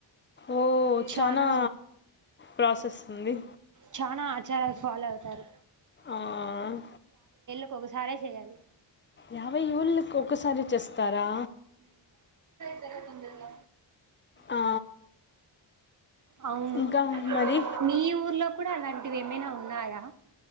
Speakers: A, on the left; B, on the right.
A: ఓ
B: చానా
A: చనా ప్రాసెస్ ఉంది.
B: చానా ఆచారాలు ఫాలో అవుతారు.
A: ఆహ్
B: ఒక ఒకసారే చేయ్యాలి.
A: యావై ఊళ్ళకి ఒకసారి చేస్తారా
B: <unintelligible> ఆయ్.
A: ఆ
B: అవును
A: ఇంకా మరి
B: మీఊరి. ఎప్పుడన్నా అంటివి, ఏమైనా ఉన్నాయా.